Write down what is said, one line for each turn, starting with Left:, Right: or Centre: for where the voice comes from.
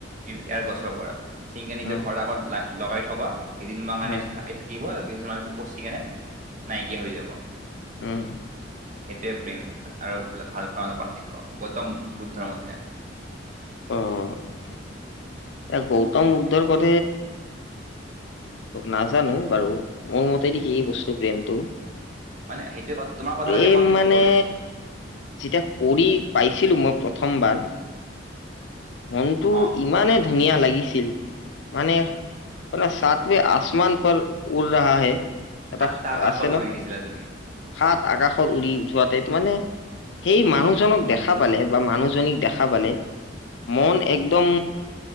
Right: ইয়াৰ গছৰ পৰা। চিঙি কিনে নিজৰ
Left: উম
Right: ঘৰৰ আগত ল লগাই থবা কেইদিনমানৰ কাৰণে
Left: উম
Right: দিব আৰু কেইদিনমানৰ পিছত পচি কেনে নাইকিয়া হৈ যাব।
Left: উম
Right: সেইটোৱে প্ৰেম আৰু ভালপোৱা মাজত পাৰ্থক্য, গৌতম বুদ্ধৰ মতে।
Left: অ' এই গৌতম বুদ্ধৰ <unintelligible> অ' নাজানোঁ বাৰু মোৰ মতেদি কি বস্তু প্ৰেমটো
Right: মানে সেইটোৱে কথা তোমাৰ কথা
Left: প্ৰেম
Right: ৰাখি মই সেইটো
Left: মানে
Right: কৈ আছোঁ।
Left: যেতিয়া কৰি পাইছিলোঁ মই প্ৰথমবাৰ মনটো
Right: অ
Left: ইমানেই ধুনীয়া লাগিছিল মানে মানে সাতবে আসমান পৰ উড ৰাহা হে। এটা
Right: সাতটা আকাশত
Left: আছে ন
Right: উৰি গৈছিলা তুমি।
Left: সাত আকাশত উৰি যোৱাতে এইটো মানে সেই মানুহজনক দেখা পালে বা মানুহজনীক দেখা পালে মন একদম